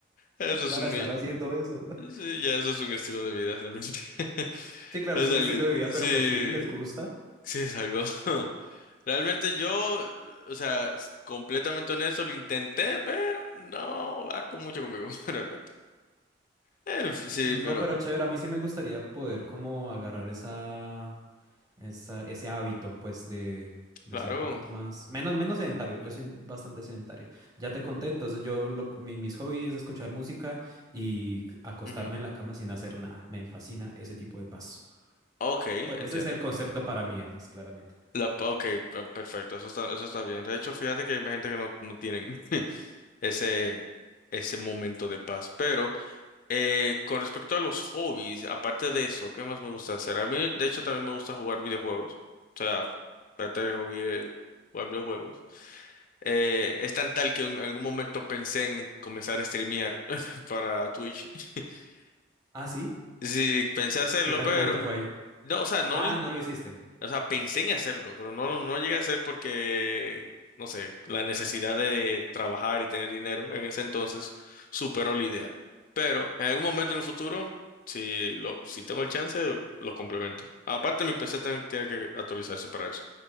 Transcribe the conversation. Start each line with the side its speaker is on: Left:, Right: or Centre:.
Left: eso es
Right: para
Left: un...
Right: estar haciendo eso. <laughs>
Left: Sí, ya eso es un estilo de vida realmente. <laughs>
Right: Sí, claro,
Left: Es
Right: es un
Left: algo,
Right: estilo de vida, pero
Left: sí,
Right: pues sí, les gusta.
Left: sí es algo. <laughs> Realmente yo, o sea, s- completamente honesto, lo intenté, pero no va con mucho conmigo, <laughs> realmente. Eh, sí,
Right: Si no,
Left: pero
Right: no, pero chévere, a mí sí me gustaría poder como agarrar esa, esa, ese hábito, pues, de, de
Left: claro.
Right: ser un poquito más, menos, menos sedentario. Yo soy bastante sedentario. Ya te conté, entonces yo, lo- mi- mis hobbies es escuchar música y acostarme
Left: Ujú.
Right: en la cama sin hacer nada. Me fascina ese tipo de paz.
Left: Ok,
Right: Pues
Left: entiendo.
Right: ese es el concepto para mí, EPAS, claramente.
Left: La, pa- ok, pe- perfecto, eso está, eso está bien. De hecho, fíjate que hay gente que no, no tienen <laughs> ese, ese momento de paz, pero... Eh, con respecto a los hobbies, aparte de eso, ¿qué más me gusta hacer? A mí, de hecho, también me gusta jugar videojuegos. O sea, parte del hobby es jugar videojuegos. Eh, es tan tal que en algún momento pensé en comenzar a streamear <laughs> para Twitch. <laughs>
Right: Ah, sí.
Left: Sí, pensé hacerlo,
Right: ¿Qué tal?
Left: pero
Right: ¿Cómo te fue ahí?
Left: no, o sea, no,
Right: Ah,
Left: lo
Right: no lo hiciste.
Left: o sea, pensé en hacerlo, pero no, no no llegué a hacer porque, no sé, la necesidad de trabajar y tener dinero en ese entonces superó la idea. Pero en algún momento en el futuro, si lo, si tengo el chance, lo complemento. Aparte, mi PC tiene, tiene que actualizarse para eso.